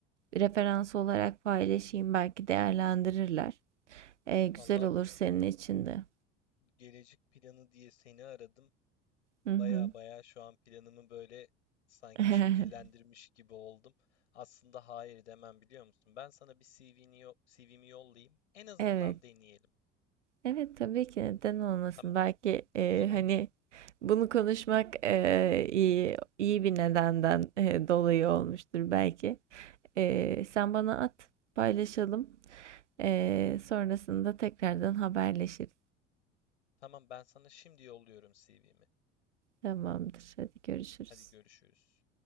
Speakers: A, on the right; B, on the left.
A: referans olarak paylaşayım belki değerlendirirler. E, güzel
B: Vallahi
A: olur senin için de.
B: gelecek planı diye seni aradım.
A: Hı
B: Baya
A: hı.
B: baya şu an planımı böyle sanki
A: <laughs>
B: şekillendirmiş gibi oldum. Aslında hayır demem biliyor musun? Ben sana bir CV'ni yo- CV'mi yollayayım. En azından
A: Evet.
B: deneyelim.
A: Evet tabii ki neden olmasın.
B: Tamam?
A: Belki e,
B: O zaman
A: hani bunu konuşmak e, iyi iyi bir nedenden e, dolayı olmuştur belki. Ee, sen bana at, paylaşalım. Ee, sonrasında tekrardan haberleşiriz.
B: tamam ben sana şimdi yolluyorum CV'mi.
A: Tamamdır. Hadi görüşürüz.
B: Hadi görüşürüz.